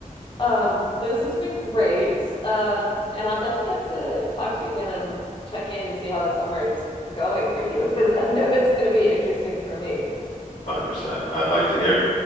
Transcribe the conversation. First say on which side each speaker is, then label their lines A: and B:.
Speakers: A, on the left (about 35°); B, on the left (about 80°).
A: Um, this has been great. Um, and I'll definitely have to talk to you again and check in to see how the summer is going for you <laughs> because I know it's going to be interesting for me.
B: 100%. I'd like to hear.